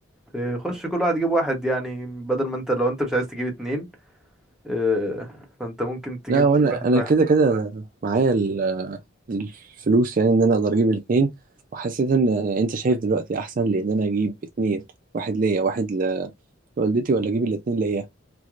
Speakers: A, in the centre; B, on the right.
A: تخش كل واحد يجيب واحد يعني بدل ما انت لو انت مش عايز تجيب اتنين آه، فانت ممكن تجيب
B: لا وانا
A: كل واحد
B: انا
A: واحد
B: كده كده معايا ال- الفلوس يعني ان انا اقدر اجيب الاتنين وحسيت ان انت شايف دلوقتي احسن لي ان انا اجيب اتنين واحد ليا واحد لوالدتي ولا اجيب الاتنين ليا